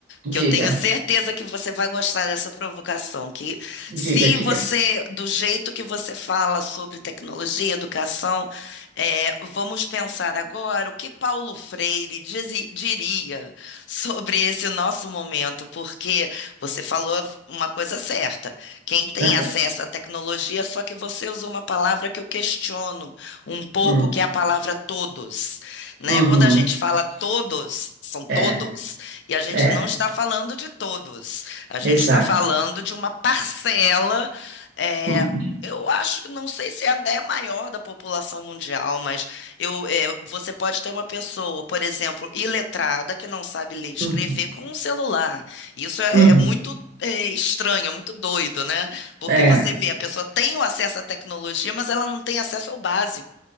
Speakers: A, on the right; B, on the left.
A: Diga.
B: que eu tenho certeza que você vai gostar dessa provocação, que se
A: Diga, diga.
B: você, do jeito que você fala sobre tecnologia, educação, é, vamos pensar agora o que Paulo Freire dizi- diria sobre esse nosso momento, porque você falou uma coisa certa, quem tem
A: Aham.
B: acesso à tecnologia, só que você usou uma palavra que eu questiono um pouco,
A: Hum,
B: que é a palavra todos né?
A: uhum,
B: Quando a gente fala todos, são todos,
A: é,
B: e a gente
A: é,
B: não está falando de todos, a gente
A: exato.
B: está falando de uma parcela, é,
A: Uhum,
B: eu acho que não sei se é até maior da população mundial, mas eu, é, você pode ter uma pessoa, por exemplo, iletrada que não sabe ler e escrever
A: uhum,
B: com um celular. Isso é,
A: uhum,
B: é muito é, estranho, é muito doido, né? Porque
A: é,
B: você vê, a pessoa tem o acesso à tecnologia, mas ela não tem acesso ao básico.